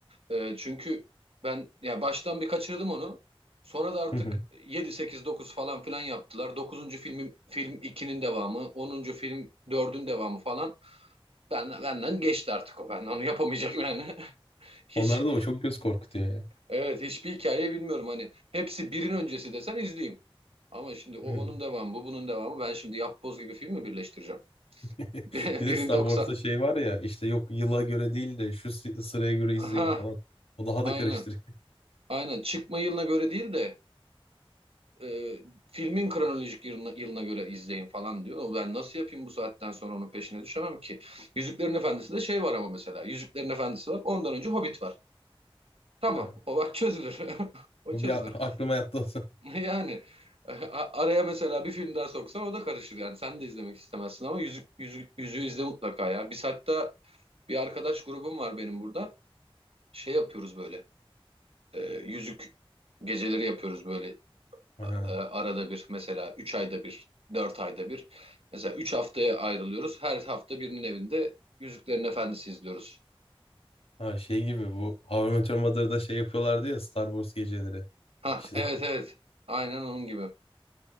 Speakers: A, on the right; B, on the left.
A: Ee, çünkü ben ya baştan bir kaçırdım onu. Sonra da artık
B: Hı
A: 7 8 9 falan filan yaptılar. Dokuzuncu film film ikinin devamı, onuncu film dördün devamı falan. Ben benden geçti artık o. Ben onu yapamayacağım yani. <laughs> Hiç
B: Onlarda da o çok göz korkutuyor
A: evet hiçbir hikaye bilmiyorum hani. Hepsi birin öncesi desen izleyeyim. Ama şimdi o
B: ya.
A: onun devamı, bu bunun devamı. Ben şimdi yapboz gibi film mi birleştireceğim?
B: <laughs>
A: <laughs>
B: Bir
A: Birin
B: de Star
A: 90.
B: Wars'ta şey var ya işte yok yıla göre değil de şu sı- sıraya göre
A: Aha,
B: izleyin falan. O daha
A: aynen.
B: da karıştırıyor.
A: Aynen. Çıkma yılına göre değil de e, filmin kronolojik yılına, yılına göre izleyin falan diyor. Ben nasıl yapayım bu saatten sonra onun peşine düşemem ki. Yüzüklerin Efendisi'nde şey var ama mesela. Yüzüklerin Efendisi var. Ondan önce Hobbit var. Tamam.
B: Ha.
A: O bak çözülür. <laughs> O
B: O
A: çözülür.
B: bir a- aklıma yattı o zaman.
A: Yani e, araya mesela bir film daha soksan o da karışır yani. Sen de izlemek istemezsin ama yüzük, yüzük, yüzüğü izle mutlaka ya. Biz hatta bir arkadaş grubum var benim burada. Şey yapıyoruz böyle. E, yüzük geceleri yapıyoruz böyle
B: <laughs> Ha.
A: e, arada bir mesela 3 ayda bir, 4 ayda bir. Mesela 3 haftaya ayrılıyoruz. Her hafta birinin evinde Yüzüklerin Efendisi izliyoruz.
B: Ha, şey gibi bu How I Met Your Mother'da şey yapıyorlardı ya Star Wars geceleri.
A: Ha
B: İşte
A: evet evet. Aynen onun gibi.